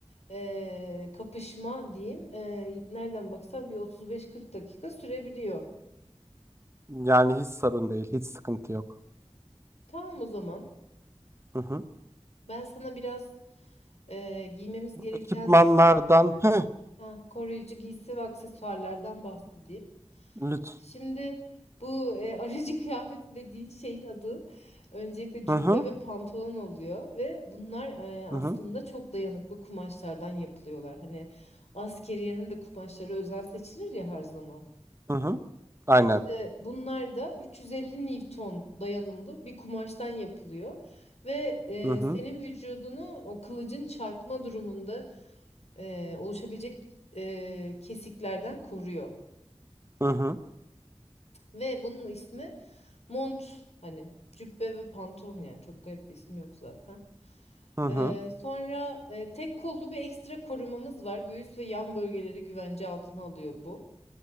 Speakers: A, on the left; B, on the right.
A: eee, kapışma diyeyim. eee, nereden baksan bir 35-40 dakika sürebiliyor.
B: Yani hiç sorun değil, hiç sıkıntı yok.
A: Tamam o zaman.
B: Hı hı.
A: Ben sana biraz eee, giymemiz gereken
B: Ekipmanlardan hı,
A: Ha, koruyucu giysi ve aksesuarlardan bahsedeyim.
B: lütfen.
A: Şimdi bu e, aracı <laughs> kıyafeti dediğin şeyin adı öncelikle cübbe
B: Hı hı.
A: ve pantolon oluyor ve bunlar e, aslında
B: Hı hı.
A: çok dayanıklı kumaşlardan yapılıyorlar. Hani askeriyenin de kumaşları özel seçilir ya her zaman.
B: Hı hı. Aynen.
A: İşte bunlar da 350 Newton dayanımlı bir kumaştan yapılıyor ve e,
B: Hı hı.
A: senin vücudunu o kılıcın çarpma durumunda e, oluşabilecek e, kesiklerden koruyor.
B: Hı hı.
A: Ve bunun ismi mont hani cübbe ve pantolon yani çok garip bir ismi yok zaten.
B: Hı
A: E,
B: hı.
A: sonra e, tek kollu bir ekstra korumamız var. Göğüs ve yan bölgeleri güvence altına alıyor bu.